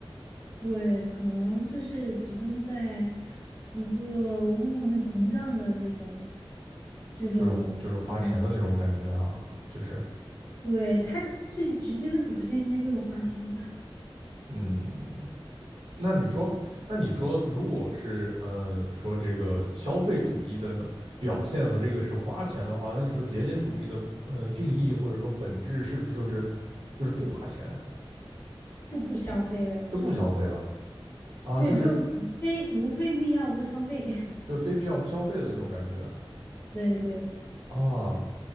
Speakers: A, on the left; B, on the right.
A: 对，可能就是集中在一个物欲膨胀的这种这种状态。
B: 就是花就是花钱的那种感觉啊，就是
A: 对，他最直接的表现应该就是花钱吧，
B: 嗯。那你说，那你说，如果是呃说这个消费主义的表现和这个是花钱的话，那你说节俭主义的呃定义或者说本质是不是就是就是不花钱？
A: 就不消费呗，我觉得。
B: 就不消费了啊，
A: 对，
B: 就是
A: 就如非如非必要不消费。<laughs>
B: 就非必要不消费的那种感觉
A: 对对，
B: 啊。